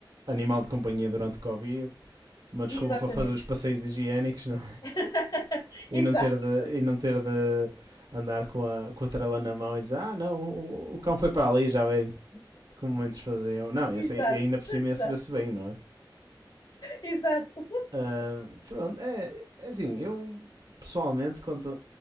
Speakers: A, on the right; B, on the left.
A: animal de companhia durante o Covid, uma desculpa
B: Exatamente.
A: para fazer os passeios higiênicos não? é?
B: <laughs>
A: e
B: Exato,
A: não ter de, e não ter de andar com a, com a trela na mão e dizer ah não, o, o cão foi para ali já vem, como muitos faziam. Não, esse,
B: exato.
A: e ainda por cima
B: Exato,
A: ia se se bem, não é?
B: exato.
A: Uh, pronto, é, é assim, eu pessoalmente quanto